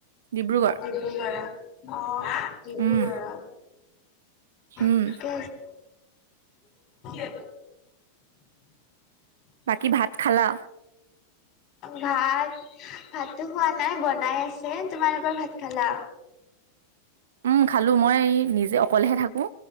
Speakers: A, on the right; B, on the left.
A: ডিব্ৰুগড়
B: ডিব্ৰুগড় অ ডিব্ৰুগড়
A: উম উম
B: ঠিকে আছে
A: বাকী ভাত খালা
B: ভাত ভাতো খোৱা নাই বনাই আছে তোমালোকৰ ভাত খালা
A: উম খালো মই নিজে অকলেহে থাকোঁ